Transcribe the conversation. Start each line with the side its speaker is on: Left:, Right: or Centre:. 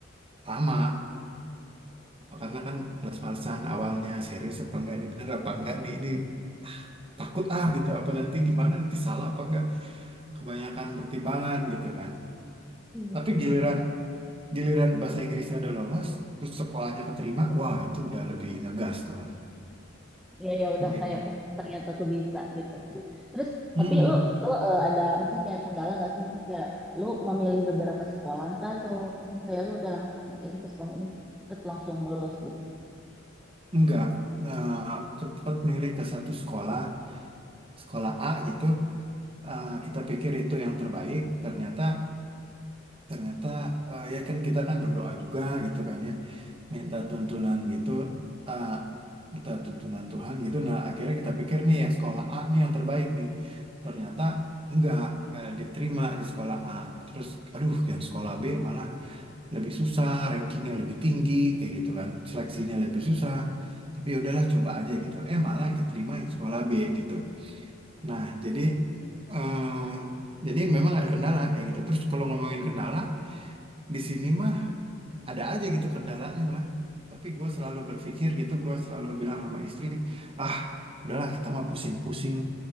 Right: lama karena kan males-malesan awalnya serius apa enggak ini bener apa enggak nih ini ah, takut ah gitu apa nanti gimana nanti salah apa enggak kebanyakan pertimbangan gitu kan
Centre: iya,
Right: tapi
Centre: pasti.
Right: giliran giliran bahasa Inggrisnya udah lolos terus sekolahnya keterima wah itu udah lebih ngegas tuh
Centre: Ya ya udah
Right: gitu
Centre: kayak oh, ternyata aku bisa gitu. Terus
Right: Hmm,
Centre: tapi lu itu eh, ada misalnya kayak kendala nggak sih misalnya kayak lu memilih beberapa sekolah kah atau misalnya kayak lu udah langsung kayaknya ke sekolah ini terus langsung lulus gitu.
Right: Enggak, nah, cepat milih ke satu sekolah, sekolah A gitu. Eh, kita pikir itu yang terbaik, ternyata ternyata eh, ya kan kita kan berdoa juga gitu kan ya, minta tuntunan gitu, eh, minta tuntunan Tuhan gitu. Nah, akhirnya kita pikir nih ya sekolah A nih yang terbaik nih. Ternyata enggak, enggak diterima di sekolah A. Terus aduh, yang sekolah B malah lebih susah, rankingnya lebih tinggi, kayak gitu kan, seleksinya lebih susah. Tapi ya udahlah coba aja gitu. Eh malah yang keterima yang sekolah B gitu. Nah jadi eh jadi memang ada kendala kayak gitu. Terus kalau ngomongin kendala di sini mah ada aja gitu kendalanya mah. Tapi gue selalu berpikir gitu, gue selalu bilang sama istri, ah udahlah kita mah pusing-pusing,